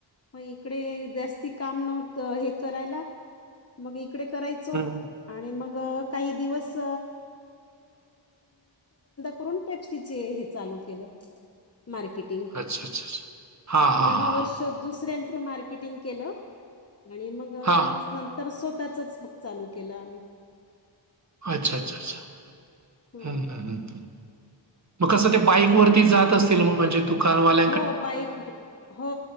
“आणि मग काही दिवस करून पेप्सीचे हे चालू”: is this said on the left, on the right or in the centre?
Left